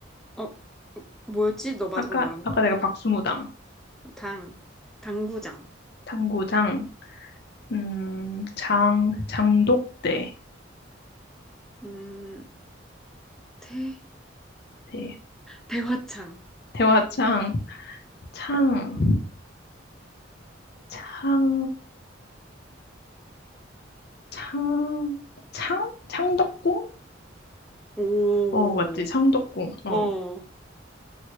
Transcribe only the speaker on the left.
아까,
아까
내가 박수무당,
당구장, 음, 장, 장독대,
대,
대화창, 창, 창, 창, 창? 창덕궁?
어, 맞지, 창덕궁. 어,